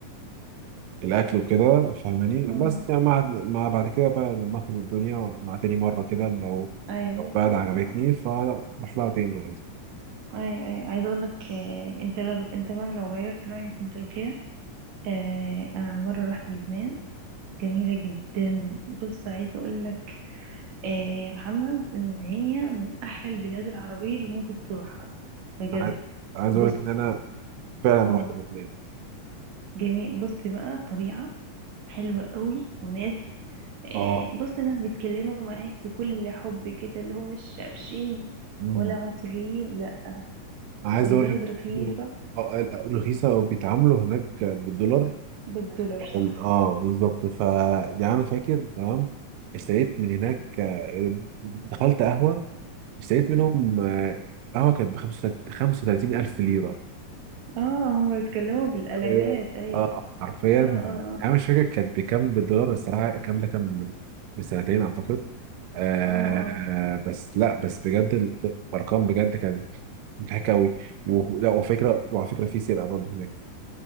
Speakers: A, on the right; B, on the right.
A: الاكل وكده فاهماني
B: أمم.
A: بس يعني مع مع بعد كده بقى لما افهم الدنيا مع تاني مره كده لو
B: ايوه
A: لو بعد عجبتني
B: آه.
A: فاروح لها تاني عادي
B: اي اي عايزه اقول لك آه، انت لو انت بقى لو غيرت رايك من تركيا آه، انا مره رحت لبنان جميله جدا بص عايزه اقول لك آه، يا محمد ان هي من احلى البلاد العربيه اللي ممكن تروحها بجد
A: عايز عايز
B: بص
A: اقول لك ان انا فعلا
B: اه
A: رحت لبنان
B: جميل بص بقى طبيعه حلوه قوي وناس
A: اه
B: آه، بص ناس بيتكلموا معاك بكل حب كده اللي هو مش قافشين
A: مم.
B: ولا عنصريين لا
A: عايز
B: والبلد
A: اقول لك
B: رخيصه
A: إنه- آه، رخيصه وبيتعاملوا هناك بالدولار
B: بالدولار صح
A: ال- اه بالظبط ف يعني انا فاكر تمام اشتريت من هناك آه، دخلت قهوه اشتريت منهم آه، قهوه كانت ب 35 الف ليره
B: اه هم بيتكلموا بالالافات
A: حرفيا
B: ايوه
A: اه حرفيا يعني
B: اه اه
A: انا مش فاكر كانت بكام بالدولار الصراحه الكلام ده كان من من سنتين اعتقد آه
B: اه اه اه
A: بس لا بس بجد ال- الارقام بجد كانت مضحكه قوي ولا وفكره وعلى فكره في سرقه برضه هناك